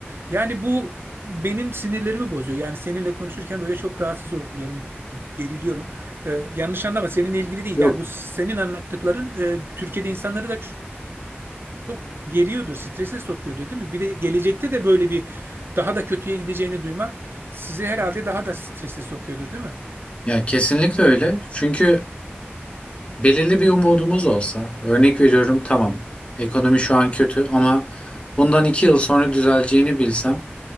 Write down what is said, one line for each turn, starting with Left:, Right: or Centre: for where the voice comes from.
Right: Yani bu benim sinirlerimi bozuyor. Yani seninle konuşurken böyle çok rahatsız oluyorum, geriliyorum. Ee, yanlış anlama seninle ilgili değil.
Left: yok.
Right: Yani bu senin anlattıkların e, Türkiye'de insanları da ç- çok geriyordur, strese sokuyordur, değil mi? Bir de gelecekte de böyle bir daha da kötüye gideceğini duymak sizi herhalde daha da strese sokuyordur, değil mi?
Left: Ya kesinlikle öyle. Çünkü belirli bir umudumuz olsa, örnek veriyorum tamam, ekonomi şu an kötü ama bundan iki yıl sonra düzeleceğini bilsem